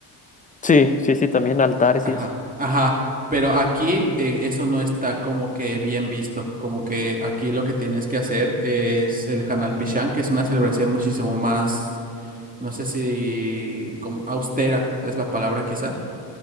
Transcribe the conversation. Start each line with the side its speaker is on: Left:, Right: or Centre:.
Left: sí, sí, sí, también altares
Right: Ajá,
Left: y eso.
Right: ajá. Pero aquí eh, eso no está como que bien visto, como que aquí lo que tienes que hacer es el Hanal Pichán, que es una celebración muchísimo más no sé si como austera es la palabra quizá.